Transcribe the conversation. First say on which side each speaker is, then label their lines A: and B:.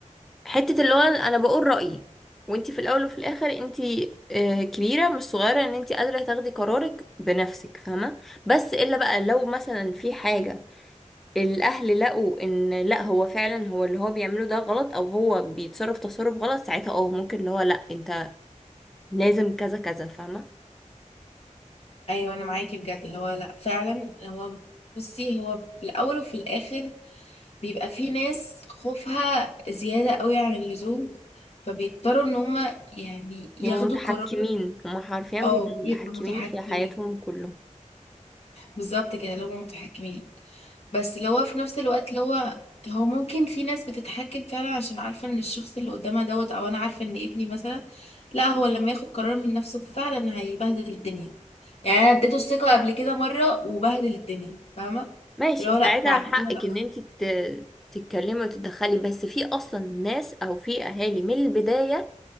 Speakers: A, in the centre; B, on the left.
A: حته اللي هو انا بقول رايي وانتي في الاول وفي الاخر انتي آه، كبيره مش صغيره ان انتي قادره تاخدي قرارك بنفسك فاهمه بس الا بقى لو مثلا في حاجه الاهل لقوا ان لا هو فعلا هو اللي هو بيعمله ده غلط او هو بيتصرف تصرف غلط ساعتها اه ممكن اللي هو لا انت لازم كذا كذا فاهمه
B: ايوه انا معاكي بجد اللي هو لا فعلا هو بصي هو في الاول وفي الاخر بيبقى في ناس خوفها زياده قوي عن اللزوم فبيضطروا ان هم يعني ياخدوا
A: يبقوا متحكمين
B: قرار
A: هما حرفيا
B: اه
A: بيبقوا متحكمين
B: يبقوا متحكمين
A: في حياتهم كلهم
B: بالظبط كده اللي هم متحكمين بس اللي هو في نفس الوقت اللي هو هو ممكن في ناس بتتحكم فعلا عشان عارفة ان الشخص اللي قدامها دوت او انا عارفة ان ابني مثلا لا هو لما ياخد قرار من نفسه فعلا هيبهدل الدنيا يعني انا اديته الثقة قبل كده مرة وبهدل الدنيا فاهمة
A: ماشي
B: فاللي هو
A: ساعتها
B: لا بعد
A: حقك
B: كده بقى
A: ان انت ت- تتكلمي وتتدخلي بس في اصلا ناس او في اهالي من البداية